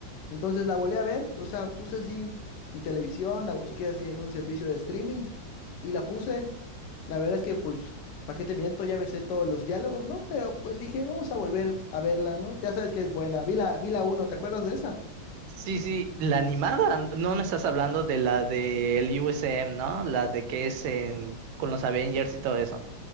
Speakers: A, on the left (about 70°); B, on the right (about 80°).
A: Entonces la volví a ver, o sea, puse así mi televisión, la busqué así en un servicio de streaming y la puse. La verdad es que, pues, ¿para qué te miento? Ya me sé todos los diálogos, ¿no? Pero pues dije, vamos a volver a verla, ¿no? Ya sabes que es buena. Vi la, vi la uno, ¿te acuerdas de esa?
B: Sí, sí, la animada, no, no estás hablando de la del USM, ¿no? La de que es en, con los Avengers y todo eso.